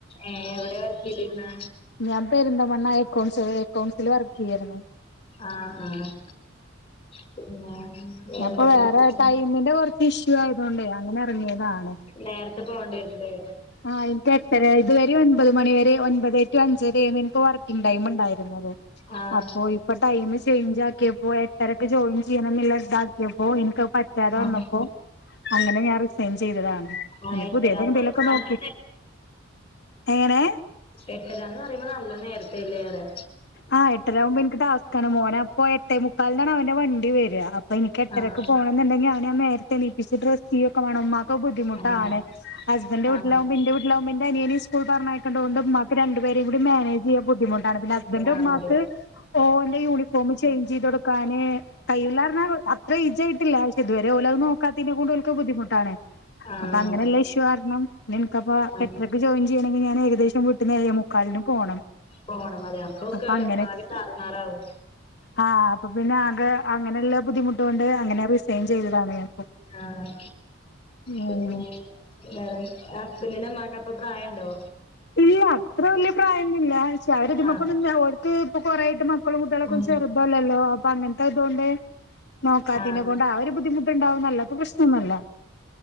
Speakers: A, on the left; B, on the left.
A: ഏഹ് എവിടെ വർക്കെയ്തീന്ന്
B: ഞാൻ പെര്ന്ത മണ്ണ എക്കൗൺസില് എക്കൗൺസില് വർക്കെയ്യാര്ന്നു
A: ആഹ് ആഹ് പിന്നെ വേറെന്തൊക്കെയാ
B: ഞാ പ്പൊ വേറെ
A: വിശേഷം
B: ടൈമിന്റെ കുറച്ച് ഇഷ്യൂ ആയതൊണ്ടേ അങ്ങനെ എറങ്ങിതാണ്
A: നേരത്തെ പോൺണ്ടെരും ല്ലേ
B: ആഹ് ഇന്ക് എട്ടര ഇതുവരെ ഒൻപത് മണിവരെ ഒൻപതെ ടു അഞ്ചരെയ്ന്നു ഇൻക്ക് വർക്കിങ്‌ ടൈം ഇണ്ടായിരുന്നത്
A: ആഹ്
B: അപ്പോ ഇ ഇപ്പ ടൈമ് ചേഞ്ച് ആക്കിയപ്പോ എട്ടരക്ക് ജോയിൻ ചെയ്യണം ന്ന്ള്ളതാക്കിയപ്പോ ഇൻക്ക്‌ പറ്റാതെ
A: ആഹ്
B: വന്നപ്പോ അങ്ങനെ ഞാൻ റിസൈൻ ചെയ്തതാണ്
A: ആ
B: ഇനി
A: എട്ടരാന്ന്
B: പുതിയതെന്തേലൊക്കെ
A: പറയുമ്പോ നല്ല
B: നോക്കി എങ്ങനെ
A: എട്ടരന്ന് പറയുമ്പോ നല്ല നേരത്തല്ലേറെ
B: ആഹ് എട്ടരാവുമ്പോ ഇൻക്ക് ടാസ്ക്കാണ് മോനെ അപ്പൊ എട്ടേ മുക്കാലിനാണ് അവന്റെ വണ്ടി വെര അപ് പ്പ നിക്ക് എട്ടരക്ക്
A: ആഹ്
B: പോണം ന്നുണ്ടെങ്കി അവനെ ഞാൻ നേരത്തെ എണീപ്പിച്ച് ഡ്രെസ്സെയ്യൊക്കെ വാണം മ്മാ ക്ക്‌ ബുദ്ധിമുട്ടാണ്
A: ആഹ്
B: ഹസ്ബൻന്റെ വീട്ടിലാവുംമ്പോ
A: ആഹ്
B: ഇന്റെ വീട്ടിലാവുംമ്പോ ന്റെ അനിയനിം സ്കൂൾ പറഞ്ഞയക്കണ്ടോണ്ട് ഇമ്മാക് രണ്ട് ണ്ട് പേരേം കൂടി മാനെജെയ്യാൻ ബുദ്ധി മുട്ടാണ് പിന്നെ ഹസ്ബൻഡെ
A: ആഹ്
B: ഉമ്മാക്
A: അതെ
B: ഓന്റെ യൂണിഫോമ് ചെയ്ഞ്ചേയ് തൊട്ക്കാന് കൈയൂള്ളാന്നാർ അത്രേ ഏജായിട്ടില്ല ഇതുവരെ ഓലത് നോക്കാത്തേൻ്റെ കൊണ്ട് ഓൽക്ക് ബുദ്ധിമുട്ടാണ്
A: ആഹ്
B: അപ്പൊ അങ്ങനുള്ള ഇഷ്യു കാരണം നിനക്കപ്പ
A: ആഹ്
B: എട്ടരയ്ക്ക് ജോയി <unintelligible> ണെങ്കി ഞാൻ ഏകദേശം വീട്ടീന്ന് ഏഴേ മുക്കാലിന് പോണം.
A: പോണം അതെ അപ്പൊക്കെ
B: അപ്പൊ അങ്ങനെ
A: ആകെ താറുമാറാവും
B: ആഹ് അപ്പൊ പിന്നെ ആകെ അങ്ങനെയുള്ള ബുദ്ധിമുട്ടുകൊണ്ട് അങ്ങനെ റീസൈൻ ചെയ്തതാണ് ഞാൻ.
A: ആഹ്
B: ഉം
A: പിന്നെ വേറെന്ത ഹസ്ബന്റിന്റെ ഉമ്മാക്ക് അപ്പൊ പ്രായം ഉണ്ടോ?
B: ഇല്ല അത്ര വല്യ പ്രായംന്നില്ല ക്ഷെ അവര്ത്മക്കെന്നും
A: ആഹ്
B: ഓര്ക്ക് ഇപ്പൊ കൊറായായിട്ട് മക്കളും കുട്ടികളൊക്കെ
A: ഉം
B: ചെറുതല്ലല്ലോ അപ്പൊ അങ്ങനത്തെ ഇതുകൊണ്ട് നോക്കാത്തേന
A: ആഹ്
B: കൊണ്ട്
A: ആഹ്
B: ആ ഒരു ബുദ്ധിമു <unintelligible> ഇപ്പൊ പ്രശ്നൊന്നൂല്ല